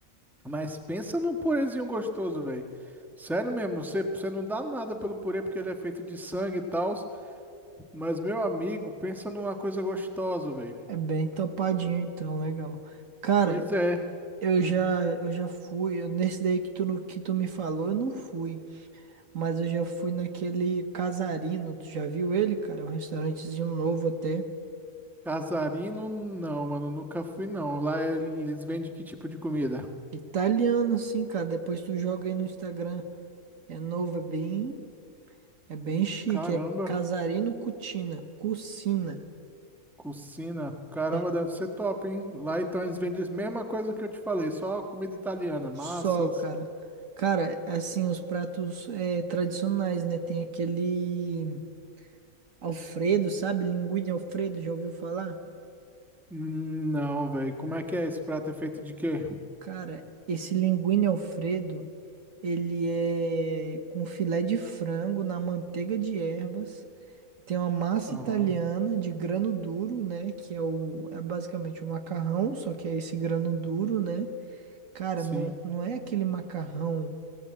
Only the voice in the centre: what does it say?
mas pensa num purêzinho gostoso, velho. Sério mesmo, você, você não dá nada pelo purê porque ele é feito de sangue e tal, mas meu amigo, pensa numa coisa gostosa, velho.
Pois é,
casarino não, mano, nunca fui não. Lá eles vendem que tipo de comida?
Caramba.
Cucina, caramba,
deve ser top, hein? Lá então eles vendem a mesma coisa que eu te falei, só comida italiana, massas.
Hum, Não, velho, como é que é esse prato? É feito de quê?
Aham,
sim.